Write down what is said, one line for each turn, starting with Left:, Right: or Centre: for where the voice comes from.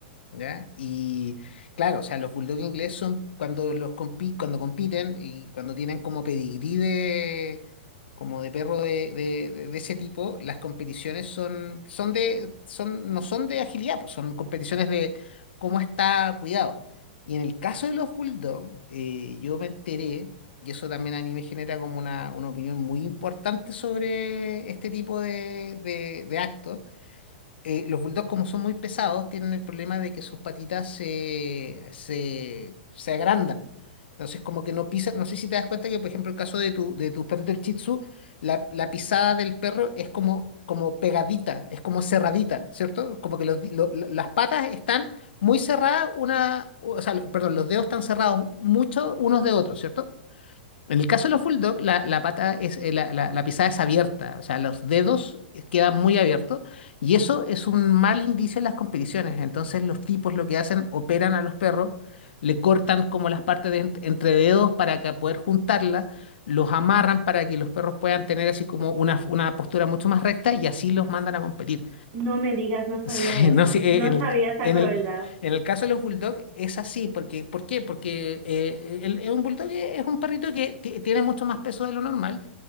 Left: ¿Ya? Y claro, o sea, los bulldog inglés son cuando los compi- cuando compiten y cuando tienen como pedigrí de como de perro de, de- de- de ese tipo, las competiciones son, son de, son, no son de agilidad, pues, son competiciones de cómo está cuidado. Y en el caso de los bulldog, eh, yo me enteré, y eso también a mí me genera como una, una opinión muy importante sobre este tipo de, de, de actos eh, los bulldogs, como son muy pesados, tienen el problema de que sus patitas se, se, se agrandan. Entonces, como que no pisan. No sé si te das cuenta que, por ejemplo, el caso de tu, de tu perrito el Shih Tzu, la, la pisada del perro es como, como pegadita, es como cerradita, ¿cierto? Como que los, di- lo- lo- las patas están muy cerradas, una, o sea, lo- perdón, los dedos están cerrados mucho unos de otros, ¿cierto? En el caso de los bulldog, la, la pata es, eh, la, la- la pisada es abierta, o sea, los dedos quedan muy abiertos y eso es un mal indicio en las competiciones. Entonces los tipos lo que hacen, operan a los perros, le cortan como las partes de ent- entre dedos para que poder juntarlas, los amarran para que los perros puedan tener así como una, una postura mucho más recta y así los mandan a competir.
Right: No me digas, no sabía
Left: Sí,
Right: eso.
Left: no, sí, eh,
Right: No
Left: en el,
Right: sabía
Left: ca-
Right: esa
Left: en
Right: crueldad.
Left: el, en el caso de los bulldogs es así, porque, ¿por qué? Porque eh, el- el- un bulldog es un perrito que ti- tiene mucho más peso de lo normal